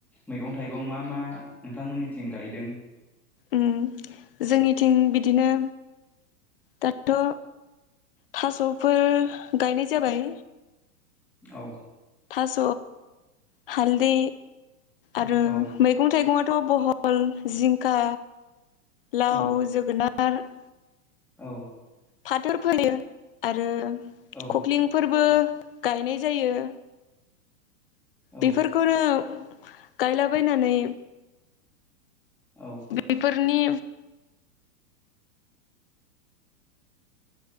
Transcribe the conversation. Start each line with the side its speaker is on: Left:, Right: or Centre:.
Centre: मैगं थाइगं मा मा नोंथांमोननिथिं गायदों।
Left: उम जोंनिथिं बिदिनो दाथ' थास'फोर गायनाय जाबाय।
Centre: औ।
Left: थास' हालदै आरो
Centre: औ
Left: बे मैगं थाइगङाथ' बहल, जिंखा, लाव,
Centre: औ
Left: जोगोनार आ
Centre: औ
Left: फाथोर फोयो आरो
Centre: औ
Left: खखलिंफोरबो गायनाय जायो।
Centre: औ
Left: बेफोरखौनो गायलाबायनानै
Centre: औ
Left: बेफोरनि